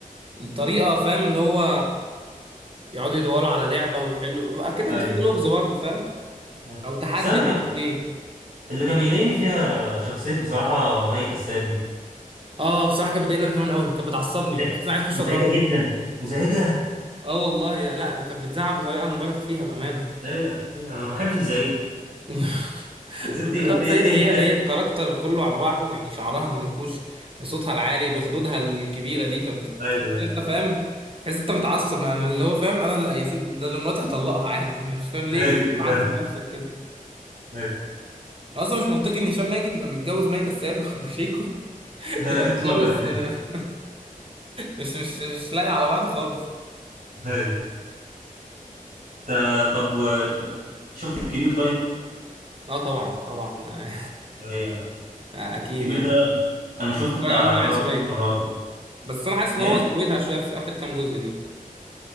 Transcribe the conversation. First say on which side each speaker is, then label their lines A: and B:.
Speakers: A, on the right; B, on the right.
A: الطريقة فاهم اللي هو يقعدوا يدوروا على لعبة ويحلوا أكنك
B: ايوه
A: بتحل لغز برضه فاهم
B: ايوه
A: أو تحدي
B: بس انا اللي
A: بين
B: كان
A: اتنين
B: اللي كان بيضايقني فيها شخصيه بصراحه مي كساب دي
A: اه بصراحة كانت بتضايقني أنا كمان قوي كانت بتعصبني
B: لا،
A: بحس إن أنا عايز أخش
B: مزعجه
A: أضربها
B: جدا مزعجه
A: اه والله لا لا، دي كانت بتزعق بطريقة مبالغ فيها بأمانة
B: ايوه ايوه انا ما بحبش زعيق
A: <laughs>
B: زدت
A: الفكرة
B: ما ت-
A: بس هي
B: تهدي
A: هي
B: كده
A: هي الكاركتر كله على بعضه يعني شعرها المنكوش بصوتها العالي بخدودها الكبيرة دي فبتحس
B: ايوه
A: ان
B: ايوه
A: انت فاهم تحس انت متعصب يعني اللي هو فاهم انا لا يا سيدي ده لو مراتي هطلقها عادي ما مش فاهم ليه
B: <laughs> ايوه
A: ليه معذب نفسك كده
B: هاي
A: اصلا مش منطقي ان هشام ماجد يبقى متجوز مي كساب <laughs> وشيكو
B: هاي
A: يبقى متجوز
B: اطلاقا <laughs>
A: آه، مش مش مش لاقي على بعض خالص
B: هاي تا- طب و... شفت الكبير طيب
A: اه طبعا طبعا آه،
B: هي-
A: <laughs> اكيد
B: الكبير
A: يعني
B: ده انا شفته
A: اتفرج
B: بتاع
A: عليه من وانا
B: ثلاث
A: عيل صغير
B: مرات كده.
A: بس انا حاسس ان
B: ايه
A: هو زودها شويه في اخر كام جزء ليه